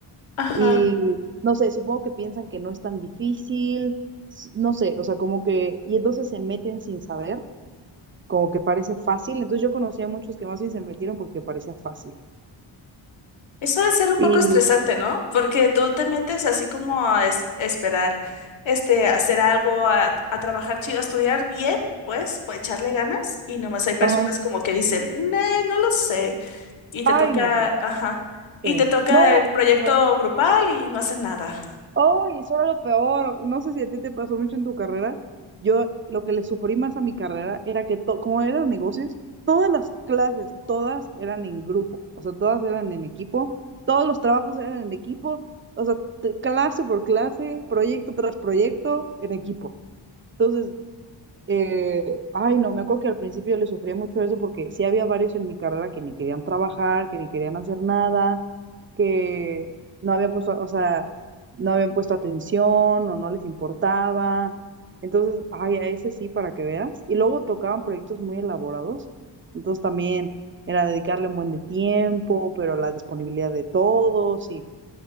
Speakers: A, on the left; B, on the right.
A: Ajá.
B: y no sé, supongo que piensan que no es tan difícil, s- no sé, o sea, como que, y entonces se meten sin saber, como que parece fácil, entonces yo conocía a muchos que más bien se metieron porque parecía fácil.
A: Eso debe ser un
B: Y,
A: poco estresante, ¿no? Porque tú te metes así como a es- esperar, este, hacer algo, a, a trabajar chido, a estudiar bien, pues, pues echarle ganas. Y nomás hay personas
B: ajá,
A: como que dicen, no, no lo sé. Y te
B: ay,
A: toca,
B: no sé,
A: ajá, y
B: sí.
A: te toca
B: No,
A: el proyecto
B: ajá.
A: grupal y no hacen nada.
B: Oh, y eso era lo peor. No sé si a ti te pasó mucho en tu carrera. Yo lo que le sufrí más a mi carrera era que, to- como eran negocios, todas las clases, todas eran en grupo, o sea, todas eran en equipo, todos los trabajos eran en equipo, o sea, t- clase por clase, proyecto tras proyecto, en equipo. Entonces, eh, ay, no, me acuerdo que al principio yo le sufría mucho eso porque sí había varios en mi carrera que ni querían trabajar, que ni querían hacer nada, que no habían puesto, o sea, no habían puesto atención o no les importaba. Entonces, ay, a ese sí, para que veas. Y luego tocaban proyectos muy elaborados. Entonces también era dedicarle un buen de tiempo, pero la disponibilidad de todos y